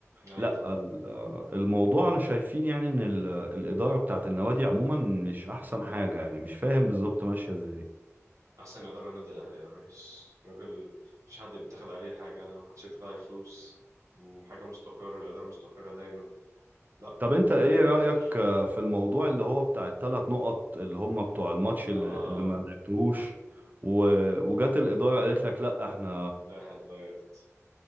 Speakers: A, on the right; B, on the right.
A: ايوه
B: لا
A: فاهم
B: ال- آه، الموضوع أنا شايفين يعني إن ال- الإدارة بتاعت النوادي عموما مش أحسن حاجة يعني مش فاهم بالظبط ماشية إزاي
A: أحسن إدارة النادي الأهلي يا ريس راجل مفيش حد بيتاخد عليه حاجة محدش يتاخد عليه فلوس مم، حاجة مستقرة الإدارة مستقرة دايما لا
B: طب
A: يا عم
B: انت
A: حاجة
B: ايه
A: غير
B: رأيك آه، في الموضوع اللي هو بتاع الثلاث نقط اللي هم بتوع الماتش
A: آه
B: اللي, اللي ما لعبتهوش و... وجات الإدارة قالت لك لا احنا
A: اللائحة اتغيرت